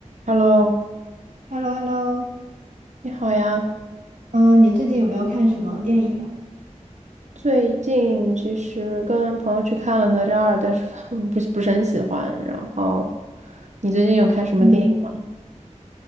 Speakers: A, on the right; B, on the right.
A: Hello，
B: h e l l o h e l l o
A: 你好呀。
B: 嗯，你最近有没有看什么电影呀？
A: 最近其实跟朋友去看了《哪吒二》，但是 <laughs> 不是不是很喜欢。然后，你最近有看什么电影吗？
B: 嗯，